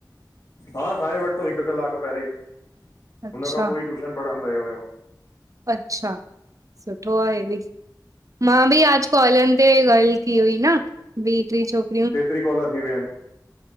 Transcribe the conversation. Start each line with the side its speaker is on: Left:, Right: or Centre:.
Left: हा खाई वरितो हिकु कलाकु पहिरीं। हून
Right: अच्छा,
Left: खां पोह ही टयूशन पढ़णु वियो हुयमि
Right: अच्छा। सुठो आहे हे भी। मां भी आज कॉलन ते ॻाल की हुई न, ॿीह, टीह छोकरी
Left: केतिरी कॉल थी विया आहिनि?